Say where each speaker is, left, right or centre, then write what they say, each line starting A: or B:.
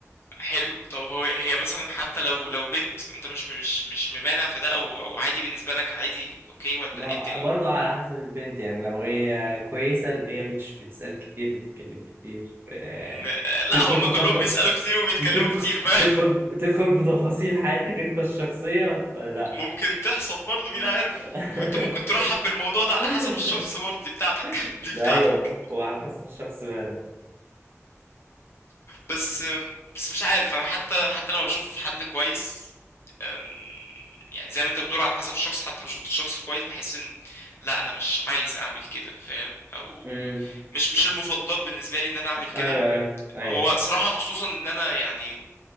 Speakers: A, on the left; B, on the right.
A: حلو طب هو هي مثلا حتى لو لو بنت انت مش مش مش ممانع في ده او او عادي بالنسبه لك عادي اوكي ولا
B: ما-
A: ايه الدنيا
B: برضه على حسب البنت يعني لو هي كويسه اللي هي مش بتسال كتير بتتكلم كتير آه...
A: م... لا
B: تدخل
A: هم
B: في
A: كلهم
B: تف...
A: بيسالوا كتير وبيتكلموا
B: بتدخل
A: كتير ف
B: تدخل تدخل في تفاصيل حياتك انت الشخصيه فلا
A: <laughs> ممكن تحصل برضه مين عارف
B: <laughs>
A: وانت ممكن ترحب بالموضوع ده على حسب الشخص
B: <laughs>
A: برضه دي بتاعتك <laughs> دي
B: ما
A: بتاعتك
B: ايوه وعلى حسب الشخص بقى
A: بس بس مش عارف انا حتى حتى لما بشوف حد كويس أم، يعني زي ما انت بتقول على حسب الشخص حتى لو شفت الشخص كويس بحس ان لا انا مش عايز اعمل كده فاهم او
B: امم
A: مش مش المفضل بالنسبه لي ان انا اعمل كده
B: ايوه ايوه ايوه
A: هو صراحه خصوصا ان انا يعني